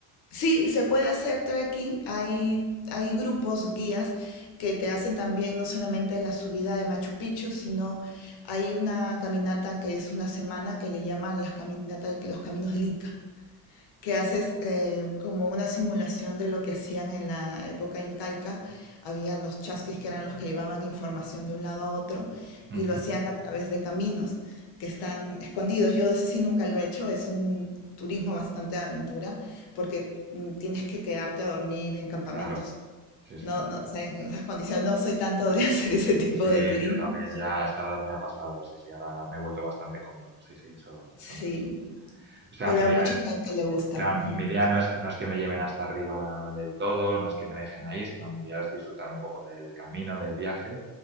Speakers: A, on the left; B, on the right.
A: Sí, se puede hacer trekking. Hay, hay grupos, guías que te hacen también no solamente la subida de Machu Picchu, sino hay una caminata que es una semana que le llaman las caminatas, los caminos del Inca. que haces eh, como una simulación de lo que hacían en la época incaica. Habían los chasquis que eran los que llevaban información de un lado a otro
B: Ujú,
A: y lo hacían a través de caminos que están escondidos. Yo de eso sí nunca lo he hecho, es un turismo bastante de aventura porque mm, tienes que quedarte a dormir en campamentos.
B: Claro, sí, sí.
A: No, no, o sea, en esas condiciones no soy tanto de <laughs> hacer ese tipo
B: Sí,
A: de turismo.
B: yo también ya a esa edad me ha pasado, sí, sí, ahora me he vuelto bastante cómodo, sí, sí, eso, eso
A: Sí,
B: me resultaría. O sea,
A: pero
B: mi idea
A: a mucha
B: es,
A: gente le gusta.
B: Claro,
A: ujú.
B: mi idea no es, no es que me lleven hasta arriba del todo, no es que me dejen ahí, sino mi idea es disfrutar un poco del camino, del viaje,